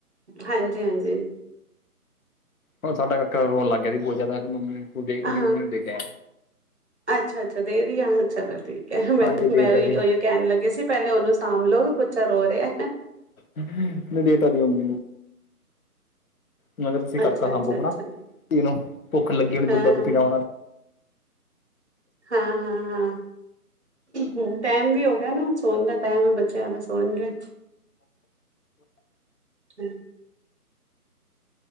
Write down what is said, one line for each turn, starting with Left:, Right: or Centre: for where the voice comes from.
Right: ਹਾਂਜੀ-ਹਾਂਜੀ।
Left: ਹੁਣ ਸਾਡਾ ਕਾਕਾ, ਰੋਣ ਲੱਗ ਗਿਆ ਸੀ, ਬਹੁਤ ਜਿਆਦਾ, ਉਹਦੀ
Right: ਹਾਂ
Left: ਮੰਮੀ ਨੂੰ ਦੇਕੇ ਆਇਆ।
Right: ਅੱਛਾ-ਅੱਛਾ, ਦੇ ਦੀ ਆ। ਚਲੋ ਠੀਕ ਹੈ, ਮੈਂ
Left: ਹਾਂਜੀ ਦੇ
Right: ਮੈਂ
Left: ਤਾ
Right: ਉ
Left: ਜੀ
Right: ਉਹੀ ਕਹਿਣ ਲੱਗੇ ਸੀ। ਪਹਿਲੇ ਉਹਨੂੰ ਸਾਂਭ, ਲੋਓ ਵੀ ਬੱਚਾ ਰੋ ਰਿਹਾ।
Left: ਨਹੀਂ ਦੇਤਾ ਓਦੀ, ਮੰਮੀ ਨੂੰ। ਮੈਂ ਕਿਆ ਤੁਸੀਂ ਕਕਾ
Right: ਅੱਛਾ-ਅੱਛਾ-ਅੱਛਾ
Left: ਸਾਂਭੋ ਹਨਾ, ਇਹਨੂੰ ਭੁੱਖ ਲੱਗੀ ਹੋਣੀ ਦੁੱਧ-
Right: ਹਾਂ
Left: ਦੱਧ ਪੀਣਾ ਉਹਨਾਂ।
Right: ਹਾਂ, ਹਾਂ, ਹਾਂ। ਹੂਨ, ਟੈਮ ਵੀ ਹੋ ਗਿਆ, ਨਾ ਸੋਣ ਦਾ ਟਾਈਮ ਹੈ। ਬੱਚਿਆਂ ਦਾ ਸੋਣਗੇ। ਹਾਂਜੀ।